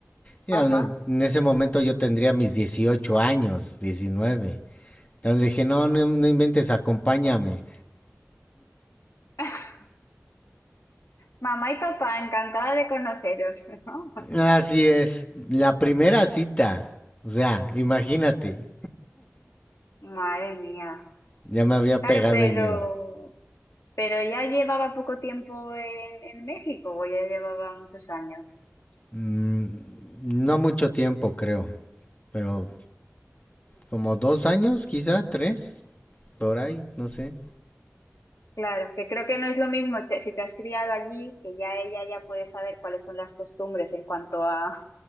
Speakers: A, on the left (about 30°); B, on the left (about 70°).
A: Ya,
B: Ajá.
A: no, En ese momento yo tendría mis 18 años, 19. Entonces dije, no, no, no inventes, acompáñame.
B: <laughs> Mamá y papá, encantada de conoceros, <laughs> ¿no?
A: Así es, la primera cita. O sea, imagínate,
B: Madre mía.
A: ya me había
B: Claro,
A: pegado
B: pero,
A: el miedo.
B: pero ya llevaba poco tiempo en, en México o ya llevaba muchos años.
A: Mm, no mucho tiempo, creo, pero como dos años, quizá tres, por ahí, no sé.
B: Claro, que creo que no es lo mismo que si te has criado allí, que ya ella ya puede saber cuáles son las costumbres en cuanto a,